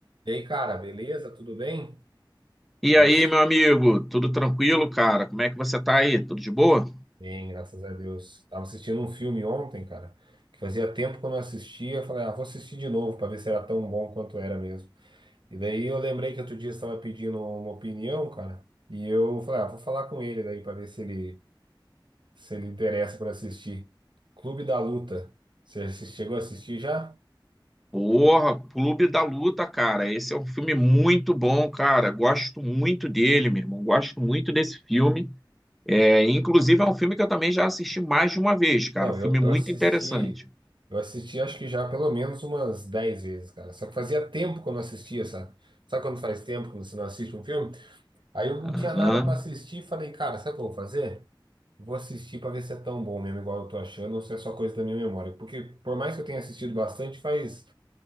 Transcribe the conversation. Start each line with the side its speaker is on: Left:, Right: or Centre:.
Right: E aí, cara, beleza? Tudo bem?
Centre: E
Right: Tava
Centre: aí,
Right: assi-
Centre: meu amigo, tudo tranquilo, cara? Como é que você tá aí? Tudo de boa?
Right: Bem, graças a Deus. Tava assistindo um filme ontem, cara, que fazia tempo que eu não assistia. Eu Falei, ah, vou assistir de novo pra ver se era tão bom quanto era mesmo. E daí eu lembrei que outro dia você estava pedindo uma opinião, cara, e eu falei, ah, vou falar com ele daí pra ver se ele se ele interessa por assistir. Clube da Luta. Você assis- chegou a assistir já?
Centre: Porra, Clube da Luta, cara. Esse é um filme muito bom, cara. Gosto muito dele, meu irmão. Gosto muito desse filme. É, inclusive, é um filme que eu também já assisti mais de uma vez, cara.
Right: Não,
Centre: Filme
Right: eu, eu
Centre: muito
Right: assisti,
Centre: interessante.
Right: eu assisti acho que já pelo menos umas 10 vezes, cara. Só que fazia tempo que eu não assistia, sabe? Sabe quando faz tempo que você não assiste um filme? Aí eu
Centre: Aham.
Right: não tinha nada pra assistir e falei, cara, sabe o que eu vou fazer? Vou assistir pra ver se é tão bom mesmo, igual eu tô achando, ou se é só coisa da minha memória. Porque por mais que eu tenha assistido bastante, faz,